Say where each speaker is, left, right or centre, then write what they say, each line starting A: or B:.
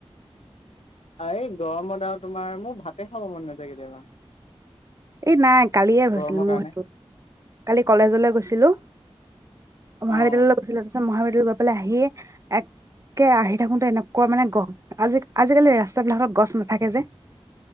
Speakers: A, on the left (about 80°); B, on the right (about 30°).
A: এই গৰমত আৰু তোমাৰ, মোৰ ভাতে খাব মন নাযায় কেতিয়াবা।
B: এই নাই কালিয়ে গৈছিলো,
A: গৰমৰ
B: মোৰ
A: কাৰণে।
B: সেইটো কালি কলেজলৈ গৈছিলো,
A: অ',
B: মহাবিদ্যালয়লৈ গৈছিলো, তাৰপিছত মহাবিদ গলোঁ গৈ পেলাই আহিয় একে আহি থাকোতে এনেকুৱা মানে গৰম, আজি, আজিকালি ৰাস্তা বিলাকত গছ নাথাকে যে,